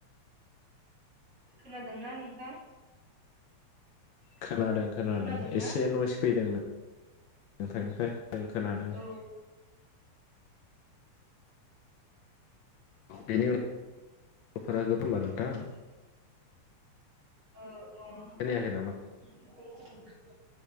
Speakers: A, on the right; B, on the left.
A: खोनादोंना नोंथां?
B: खोनादों
A: औ
B: खोनादों
A: खोनादोंना
B: एसे नयस फैदों नों नोंथांनिफ्राय ओं खोनादों।
A: औ
B: बेनि उनाव गथ'फोरा गोबांबार नोंथां
A: ओ दङ नोंथां
B: खोनायाखै नामा